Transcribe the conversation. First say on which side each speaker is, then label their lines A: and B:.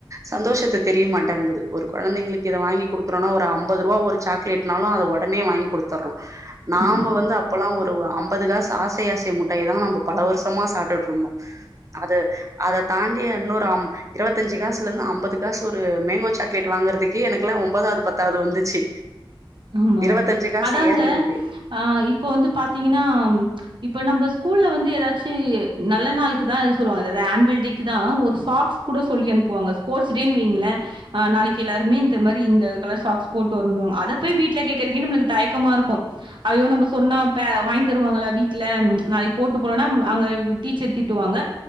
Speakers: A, on the right (about 35°); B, on the right (about 60°).
A: சந்தோஷத்த தெரியமாட்டேங்குது ஒரு குழந்தைங்களுக்கு இத வாங்கி குடுக்குறோன்னா ஒரு ஐம்பது ரூபா ஒரு சாக்லேட்னாலும் அத உடனே வாங்கி குடுத்துர்றோம் நாம
B: ஆமா. ம்.
A: வந்து அப்பலாம் ஒரு ஒ ஐம்பது காசு ஆஸ் சை ஆசை முட்டாய் தான் நம்ம பல வருஷமா சாட்டுட்டு ஆமா அது அத தாண்டி இன்னோரு ஆம் இருபத்தஞ்சு காசு ல இருந்து ஐம்பது காசு ஒரு மேங்கோ சாக்லேட் வாங்குறக்கு எனக்குல ஒன்பதாவது பத்தாவது வந்துச்சு
B: ஆமா
A: இருவத்தஞ்சு
B: ஆமா
A: காசு
B: அதாங்க
A: ஏர்றதுக்கு
B: ஆஹ் இப்ப வந்து பாத்தீங்கன்னா இப்ப நம்ம ஸ்கூல்ல வந்து ஏதாச்சும் நல்ல நாளுக்குதான் சொல்லுவாங்காவது ஆனுவல் டேக்கு தான் ஒரு சாக்ஸ் கூட சொல்லி அனுப்புவாங்க ஸ்போர்ட்ஸ் டே வைங்களே நாளைக்கு எல்லாருமே இந்த மாதிரி இந்த கலர் சாக்ஸ் போட்டு வரணும் அத போய் வீட்டுல கேறதுக்கே நம்மளுக்கு தயக்கமா இருக்கும் அயோ நம்ம சொன்னா வாங்கி தருவாங்களா வீட்ல நாளைக்கு போட்டு போனலனா அங்க டீச்சர் திட்டுவாங்க